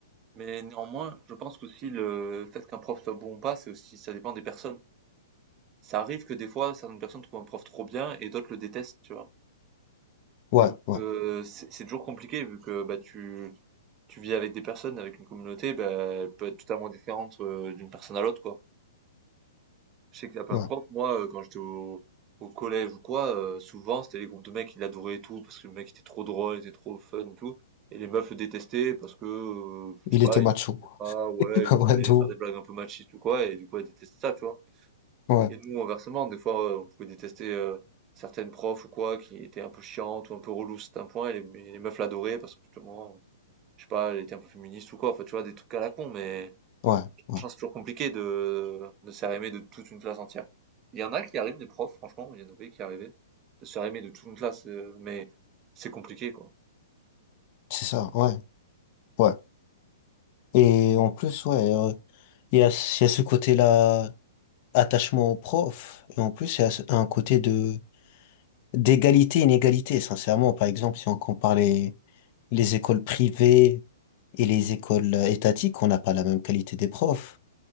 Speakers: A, on the right; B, on the left.
A: mais néanmoins, je pense qu'aussi le fait qu'un prof soit bon ou pas, c'est aussi, ça dépend des personnes. Ça arrive que des fois, certaines personnes trouvent un prof trop bien et d'autres le détestent, tu vois.
B: Ouais,
A: Donc,
B: ouais,
A: euh, c'est c'est toujours compliqué vu que bah, tu, tu vis avec des personnes, avec une communauté, bah, elle peut être totalement différente euh, d'une personne à l'autre, quoi. Je sais qu'il y a plein
B: ouais.
A: de profs. Moi, euh, quand j'étais au, au collège ou quoi, euh, souvent, c'était les groupes de mecs qui l'adoraient et tout, parce que le mec était trop drôle, il était trop fun et tout. Et les meufs le détestaient parce que, euh, je
B: Il
A: sais pas,
B: était
A: il
B: macho.
A: en faisait pas, ouais,
B: <laughs>
A: il
B: Ouais,
A: pouvait
B: de ouf.
A: faire des blagues un peu machistes ou quoi, et du coup, elles détestaient ça, tu vois.
B: Ouais.
A: Et nous, inversement, des fois, euh, on pouvait détester euh, certaines profs ou quoi, qui étaient un peu chiantes ou un peu reloues c'est un point, et les, et les meufs l'adoraient parce que, justement, je sais pas, elle était un peu féministe ou quoi, enfin, tu vois, des trucs à la con, mais...
B: Ouais, ouais,
A: Franchement, c'est toujours compliqué de, de se faire aimer de toute une classe entière. Il y en a qui arrivent, des profs, franchement, il y en avait qui arrivaient, de se faire aimer de toute une classe, heu, mais c'est compliqué, quoi.
B: c'est ça, ouais, ouais. Et en plus, ouais, euh, il y a, il y a ce côté-là, attachement au prof, et en plus, il y a ce- un côté de d'égalité, inégalité, sincèrement. Par exemple, si on compare les, les écoles privées et les écoles euh, étatiques, on n'a pas la même qualité des profs.